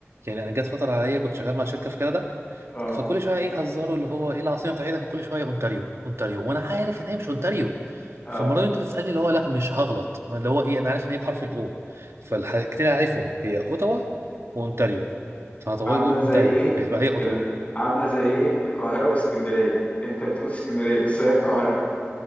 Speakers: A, on the right (about 75°); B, on the left (about 30°).
A: يعني انا جت فتره عليا كنت شغال مع شركه في كندا
B: <laughs>
A: فكل شويه ايه هزاروا اللي هو ايه العاصمه بتاعتها فكل شويه اونتاريو اونتاريو وانا عارف ان هي مش اونتاريو
B: اه
A: فالمره
B: اه
A: دي انت تسالني اللي هو لا مش هغلط اللي هو ايه انا عارف ان هي بحرف الاو فالحاجتين اللي عارفهم هي اوتاوا واونتاريو فهطوي
B: عاملة
A: بيقول اونتاريو
B: زي ايه
A: فيبقى هي اوتاوا
B: ال... عاملة زي ايه القاهرة واسكندرية انت بتقول اسكندرية بس هي القاهرة